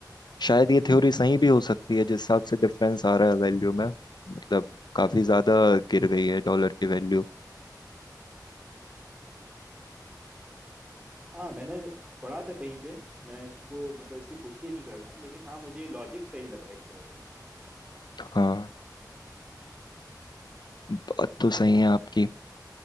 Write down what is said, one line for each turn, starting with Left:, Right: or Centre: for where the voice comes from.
Left: शायद ये थ्योरी सही भी हो सकती है जिस हिसाब से डिफरेंस आ रहा है वैल्यू में मतलब काफी ज्यादा गिर गई है डॉलर की वैल्यू
Right: हाँ मैंने पढ़ा था कहीं पे मैं इसको मतलब इसकी पुष्टि नहीं करता हूँ लेकिन हाँ मुझे लॉजिक सही लगा एक तरह से
Left: हाँ बात तो सही है आपकी